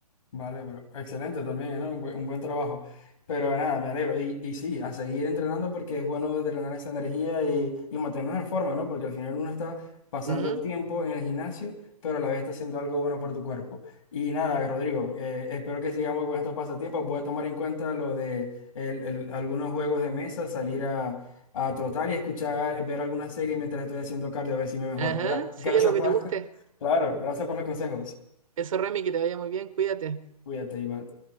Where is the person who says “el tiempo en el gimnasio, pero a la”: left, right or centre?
Left